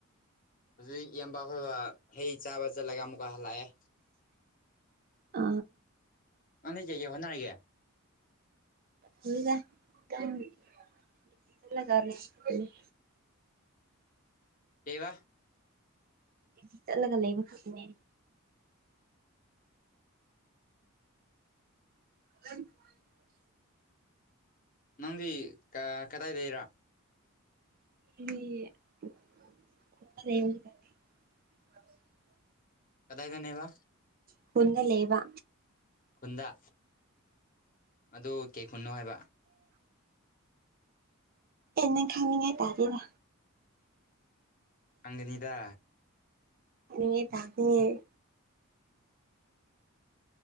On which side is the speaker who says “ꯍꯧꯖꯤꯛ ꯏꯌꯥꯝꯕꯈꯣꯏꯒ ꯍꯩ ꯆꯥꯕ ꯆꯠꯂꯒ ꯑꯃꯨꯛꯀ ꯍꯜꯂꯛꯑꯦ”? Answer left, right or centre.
Left